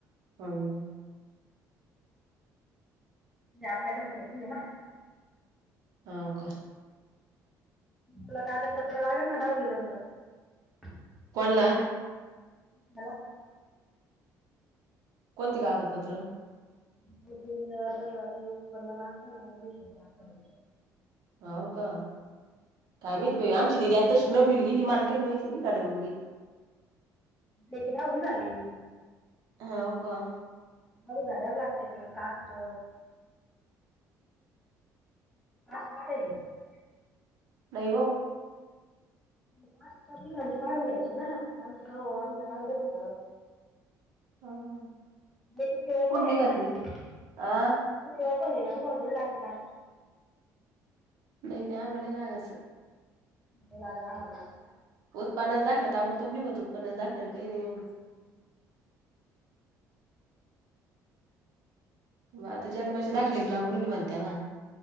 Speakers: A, on the right; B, in the centre.
A: होम.
B: जास्तकडेचेत आहे ना.
A: हा का?
B: मला कागदपत्र लागेल ना दहावी नंतर
A: कोला
B: हला.
A: कोणती का आगत पत्र
B: त र्रैवाचे उत्पन्न लागत ना ऍडमिशन द
A: हो का. काय माहिती बा आमची दिीदी आताश नव्हल गेली मला काही माहिती नाही गा्याे.
B: त्याची तर उी झाली.
A: हा हो का.
B: हवी झाडवर लागते ते कास्ट कास्ट काढायले का
A: नाहीव.
B: पाच तिघाचे काढून घ्यायचे ना आमचं का आमचं काल देतसा का?
A: हं.
B: म्ह त य
A: कुठं
B: पण
A: निघाली?
B: आहे ना त.
A: आ?
B: पण ये ना तुमला थोड लागतं का?
A: नाही नाही म्हणेलागचं.
B: हला ग्रमला
A: उत्प्स दाखलं ताबडतोब निव्हत उत्प्स दाखल काही नाही एवड मग आता जन्माचे दाखले ब लाबरल म्हणत्या ना